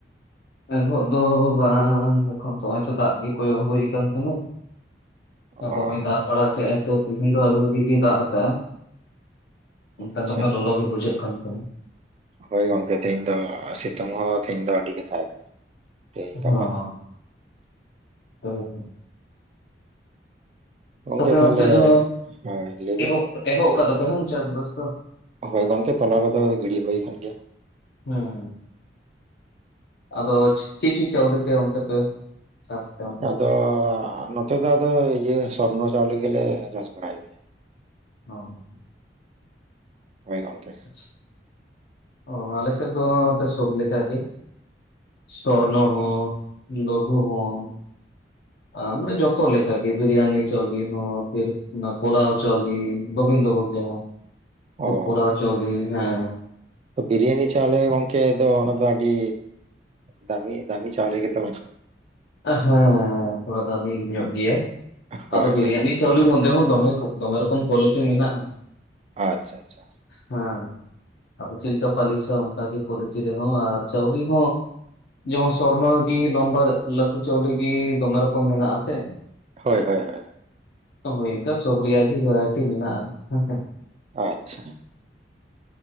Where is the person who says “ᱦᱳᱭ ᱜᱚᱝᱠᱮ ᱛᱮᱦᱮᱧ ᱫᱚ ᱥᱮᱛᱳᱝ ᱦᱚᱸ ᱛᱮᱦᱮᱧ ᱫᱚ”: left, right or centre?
Right